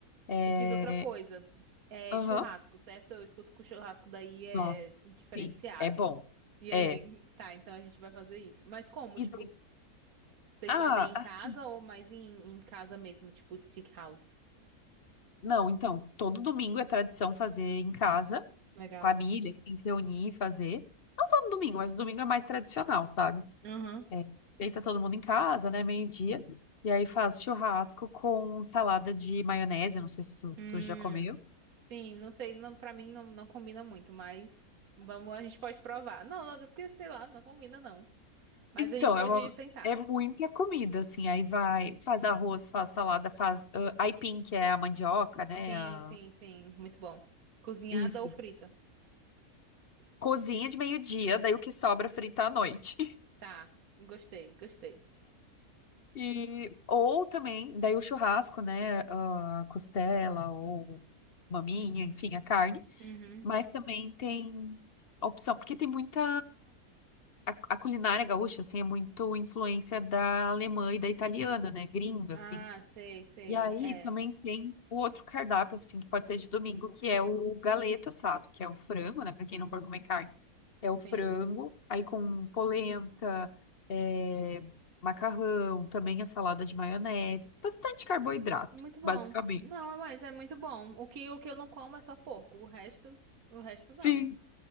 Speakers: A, on the left; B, on the right.
A: É...
B: Me diz outra coisa. É
A: Aham.
B: churrasco, certo? Eu escuto que o churrasco daí é
A: Nossa,
B: diferenciado.
A: sim, é bom.
B: E aí?
A: É.
B: Tá, então a gente vai fazer isso. Mas como?
A: E
B: Tipo,
A: daí...
B: Vocês
A: Ah,
B: fazem em
A: assim.
B: casa ou mais em, em casa mesmo, tipo stick house?
A: Não, então, todo domingo é tradição fazer em casa.
B: Legal.
A: família, assim, se reunir e fazer. Não só no domingo, mas o domingo é mais tradicional, sabe?
B: Uhum.
A: É, deita todo mundo em casa, né? Meio-dia. E aí faz churrasco com salada de maionese. Não sei se tu,
B: Hum,
A: tu já comeu.
B: sim, não sei, não, para mim não, não combina muito, mas vamos, a gente pode provar. Não, não, porque sei lá, não combina não. Mas
A: Então,
B: a gente pode
A: é uma.
B: tentar.
A: É muita comida, assim. Aí vai, faz arroz, faz salada, faz ah, aipim, que é a mandioca, né?
B: Sim,
A: a-
B: sim, sim, muito bom. Cozinhada
A: Isso.
B: ou frita?
A: Cozinha de meio-dia, daí o que sobra é frita à noite.
B: Tá, gostei, gostei.
A: E, ou também, daí o churrasco, né? A costela ou maminha, enfim, a carne.
B: Uhum.
A: Mas também tem a opção, porque tem muita. A, a culinária gaúcha, assim, é muito influência da alemã e da italiana, né? Gringa,
B: Ah,
A: assim.
B: sei, sei,
A: E aí
B: é,
A: também tem o outro cardápio, assim, que pode ser de domingo, que é o galeto assado, que é o frango, né? Pra quem não for comer carne, é
B: sim.
A: o frango, aí com polenta, é, macarrão, também a salada de maionese, bastante carboidrato,
B: Muito bom.
A: basicamente.
B: Não, mas é muito bom. O que, o que eu não como é só porco, o resto, o resto
A: Sim.
B: vamos.